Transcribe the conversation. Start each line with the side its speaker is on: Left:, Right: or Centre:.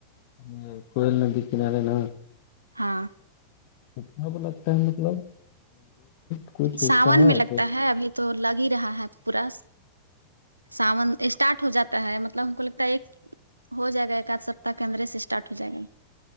Left: یے کوئل ندی کنارے نا
Right: ہاں
Left: اچھا تو لگتا ہے مطلب <unintelligible>
Right: ساون
Left: کا ہے
Right: میں لگتا
Left: کہ
Right: ہے ابھی تو لگ ہی رہا ہے پورا ساون اسٹارٹ ہو جاتا ہے مطلب ہم کو لگتا ہے ایک ہو جائے گا ایک آدھ سپتاہ کے اندرے سے اسٹارٹ ہو جائے گا